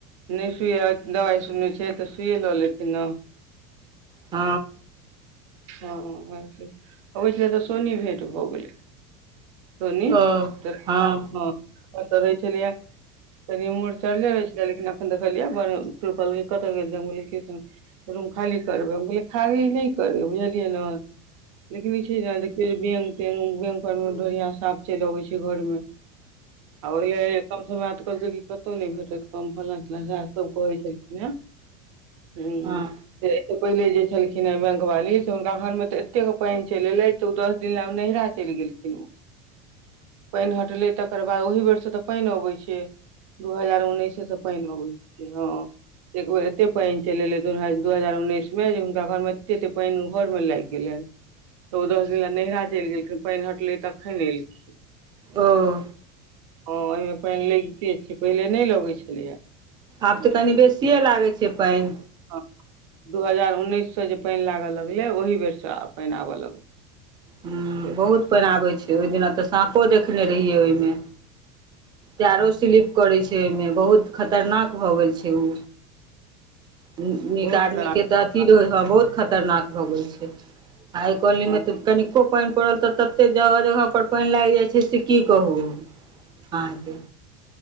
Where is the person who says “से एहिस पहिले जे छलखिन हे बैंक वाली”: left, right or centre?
Right